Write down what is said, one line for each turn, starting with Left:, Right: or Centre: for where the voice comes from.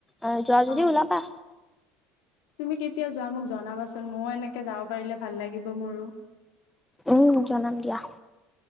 Centre: এৱ যোৱা যদি
Left: অ।
Centre: ওলাবা।
Left: তুমি কেতিয়া যোৱা মোক জনাবাচোন ময়ো এনেকে যাব পাৰিলে ভাল লাগিব মোৰো।
Centre: উম জনাম দিয়া।